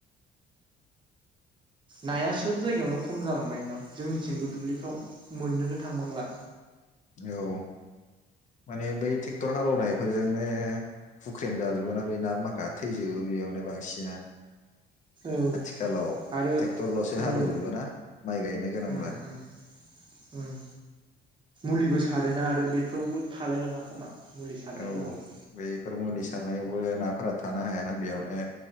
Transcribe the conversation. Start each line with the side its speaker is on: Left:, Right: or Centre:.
Right: नाया सोब जायगायावनो खम जालांबायदां जोंनिथिंबो दुब्लिफ्राव मोननोनो थांबांला।
Left: औ माने बै ट्रेक्टर हालेवनायफोरजोंनो हुख्रेम जाजोबो ना बे ना माखा थैजोबो बेयावनो बांसिना ।
Right: औ
Left: आथिखालाव
Right: आरो
Left: टेक्टरलसो
Right: उम
Left: हालेव जोबोना । माइ गायनो गोनांब्ला
Right: उम उम उम मुलिबो सारोना आरो बेफ्रावबो थालायलांला खोमा। मुलि सारनायफोरावबो
Left: औ बै हरमालिस सारनायावबो नाफोरा थानो हायाना बेयावनो